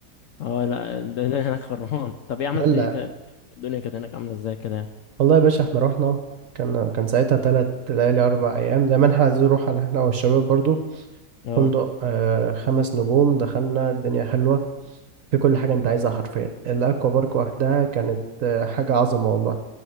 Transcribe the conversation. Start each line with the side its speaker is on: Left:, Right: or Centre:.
Left: اه لا الدنيا هناك خربان طب ايه عملت
Right: دلع
Left: ايه كده؟ الدنيا كانت هناك عاملة ازاي كده يعني؟
Right: والله يا باشا احنا رحنا كان كان ساعتها تلات ليالي أربع أيام زي ما احنا عايزين نروح أنا احنا والشباب برضو
Left: اه
Right: فندق آه خمس نجوم دخلنا الدنيا حلوة في كل حاجة انت عايزها حرفيا الاكوا بارك وحدها كانت آه، حاجة عظمة والله